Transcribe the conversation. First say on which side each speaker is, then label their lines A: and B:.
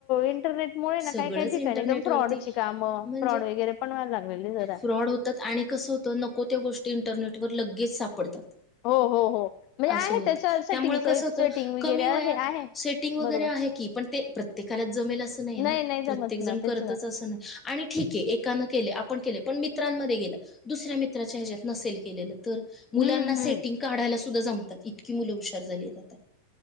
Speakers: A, on the left; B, on the left.
A: इंटरनेटमुळे ना
B: सगळंच
A: काय काही ठिकाणी
B: इंटरनेटवरती
A: एकदम फ्रॉडची काम
B: म्हणजे
A: फ्रॉड वगैरे पण व्हायला लागलेत जरा.
B: फ्रॉड होतात आणि कसं होतं नको त्या गोष्टी इंटरनेटवरर लगेच सापडतात.
A: हो हो हो म्हणजे
B: अस
A: आहे
B: होत
A: त्याच्या सेटिंग
B: त्यामुळे कस होत
A: सेटिंग वगैरे
B: कमी वयात
A: आहे आहे
B: सेटिंग वगैरे
A: बरोबर
B: आहेत. पण ते प्रत्येकालाच जमेल असं
A: नाही नाही जमत
B: प्रत्येकजण
A: ना
B: करतच
A: तेच ना
B: अस नाही आणि ठीक आहे एकाने केले आपण पण मित्रांमध्ये गेले दुसऱ्या मित्रांना विचारून ते कसे मुलांना
A: हम्म
B: सेटिंग
A: हम्म.
B: काढायला सुद्धा येते. सुद्धा जमतात इतकी मुलं हुशार झालीत.